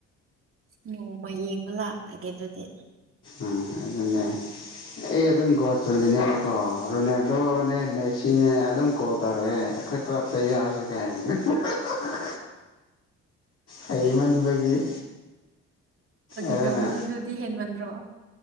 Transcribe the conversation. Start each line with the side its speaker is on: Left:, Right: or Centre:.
Right: ꯅꯣꯡꯃ ꯌꯦꯡꯕ ꯂꯥꯛꯑꯒꯦ ꯑꯗꯨꯗꯤ
Left: ꯑꯥ ꯑꯗꯨꯅꯦ ꯑꯩ ꯑꯗꯨꯝ ꯒꯣꯜ ꯆꯜꯂꯤꯅꯦꯕꯀꯣ ꯔꯣꯅꯥꯜꯗꯣꯅꯦ ꯃꯦꯁ ꯁꯤꯅꯦ ꯑꯗꯨꯝ ꯀꯣꯜ ꯇꯧꯔꯛꯑꯦ ꯑꯈꯣꯏ ꯀ꯭ꯂꯞꯇ ꯌꯥꯎꯔꯁꯦ ꯒꯥꯏꯅ <unintelligible> ꯍꯩꯃꯟꯕꯒꯤ
Right: ꯐꯥꯒꯤ
Left: ꯑꯗꯨꯅ
Right: ꯇꯧꯔꯁꯨ ꯑꯗꯨꯗꯤ ꯍꯦꯟꯃꯟꯗ꯭ꯔꯣ